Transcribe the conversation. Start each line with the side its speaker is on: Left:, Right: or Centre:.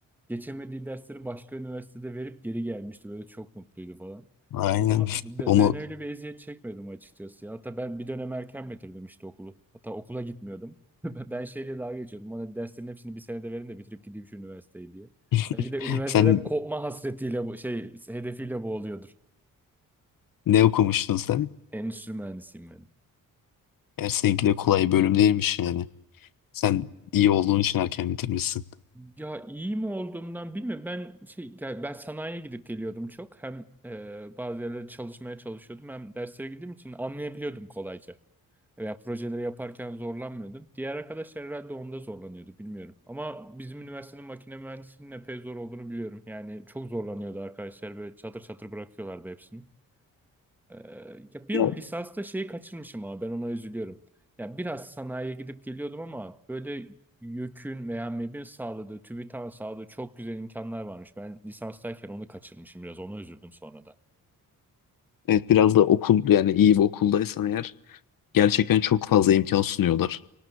Centre: geçemediği dersleri başka üniversitede verip geri gelmişti. Böyle çok mutluydu falan.
Left: Aynen.
Centre: Ama be-
Left: <laughs> Onu
Centre: ben öyle bir eziyet çekmedim açıkçası ya. Hatta ben bir dönem erken bitirdim işte okulu. Hatta okula gitmiyordum. <laughs> Ben şeyle dalga geçiyordum. Bana derslerin hepsini bir senede verin de bitirip gideyim şu üniversiteyi diye.
Left: <laughs>
Centre: Belki de üniversiteden
Left: sen
Centre: kopma hasretiyle bu şey hedefiyle boğuluyordur.
Left: ne okumuştun sen?
Centre: Endüstri mühendisiyim ben.
Left: Eğer seninki de kolay bir bölüm değilmiş yani. Sen iyi olduğun için erken bitirmişsin.
Centre: Ya iyi mi olduğumdan bilmiyorum. Ben şey ya ben sanayiye gidip geliyordum çok. Hem e, bazı yerlerde çalışmaya çalışıyordum hem derslere gittiğim için anlayabiliyordum kolayca. veya projeleri yaparken zorlanmıyordum. Diğer arkadaşlar herhalde onda zorlanıyordu bilmiyorum. Ama bizim üniversitenin makine mühendisinin epey zor olduğunu biliyorum. Yani çok zorlanıyordu arkadaşlar böyle çatır çatır bırakıyorlardı hepsini. Ee, ya bilmiyorum
Left: Ya
Centre: lisansta şeyi kaçırmışım ama ben ona üzülüyorum. Ya biraz sanayiye gidip geliyordum ama böyle YÖK'ün veya MEB'in sağladığı, TÜBİTAK'ın sağladığı çok güzel imkanlar varmış. Ben lisanstayken onu kaçırmışım biraz ona üzüldüm sonra da.
Left: evet biraz da okul yani iyi bir okuldaysan eğer gerçekten çok fazla imkan sunuyorlar.